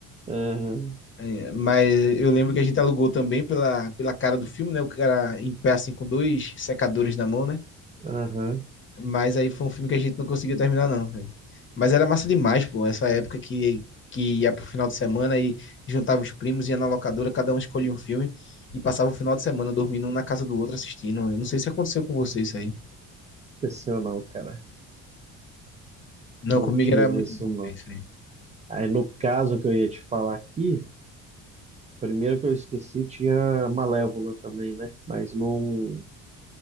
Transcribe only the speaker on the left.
É, Mas eu lembro que a gente alugou também pela, pela cara do filme, né? O cara em pé assim com dois secadores na mão, né?
Mas aí foi um filme que a gente não conseguiu terminar, não, velho. Mas era massa demais, pô, essa época que, que ia pro final de semana e juntava os primos, ia na locadora, cada um escolhia um filme e passava o final de semana dormindo um na casa do outro assistindo. Eu não sei se aconteceu com você isso aí.
Não,
comigo
era muito
bom,
velho, isso aí.